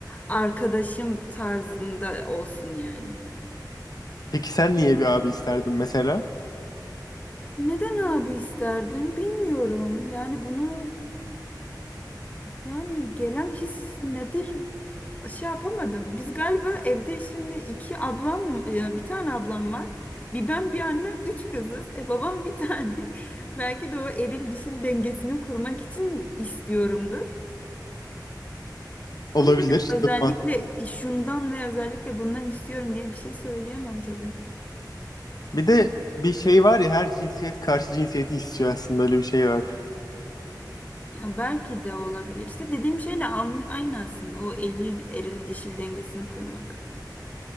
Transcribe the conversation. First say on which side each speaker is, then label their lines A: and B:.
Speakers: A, on the left (about 20°); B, on the left (about 60°).
A: arkadaşım tarzında olsun yani.
B: Peki sen niye bir abi isterdin mesela?
A: Neden abi isterdim bilmiyorum. Yani bunu yani gelen his nedir şey yapamadım. Biz galiba evde şimdi iki ablam, e, bir tane ablam var. Bir ben bir annem üç kızız. E babam bir tane. <laughs> Belki de o eril dişil dengesini kurmak için istiyorumdur.
B: Olabilir.
A: Ama özellikle
B: Çok mantıklı.
A: şundan ve özellikle bundan istiyorum diye bir şey söyleyemem tabii.
B: Bir de bir şey var ya her cinsiyet karşı cinsiyeti istiyor aslında öyle bir şey var.
A: Ya belki de olabilir. İşte dediğim şeyle an- aynı aslında o eril, eril dişil dengesini kurmak.